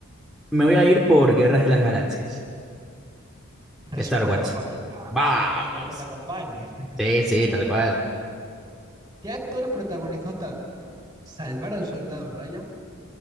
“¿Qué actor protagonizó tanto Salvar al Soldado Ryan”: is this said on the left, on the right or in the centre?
Right